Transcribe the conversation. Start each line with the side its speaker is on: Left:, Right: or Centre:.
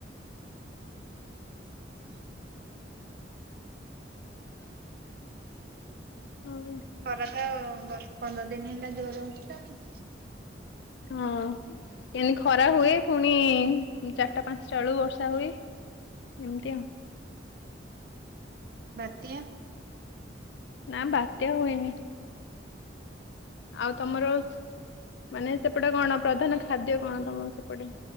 Right: ହଁ
Left: ହଉ
Right: ଖରା ତ ବର୍ଷ ପନ୍ଦର ଦିନ ହେଲା ଜୋର ହଉଥିଲା ଆଉ।
Left: ହଁ ଏତି ଖରା ହୁଏ ପୁଣି ଚାରିଟା ପାଞ୍ଚଟା ବେଳକୁ ବର୍ଷା ହୁଏ। ଏମତି ଆଉ।
Right: ବାତ୍ୟା
Left: ନା ବାତ୍ୟା ହୁଏନି। ଆଉ ତମର ମାନେ ସେପଟେ କଣ ପ୍ରଧାନ ଖାଦ୍ୟ କଣ ତମକୁ ସେପଟେ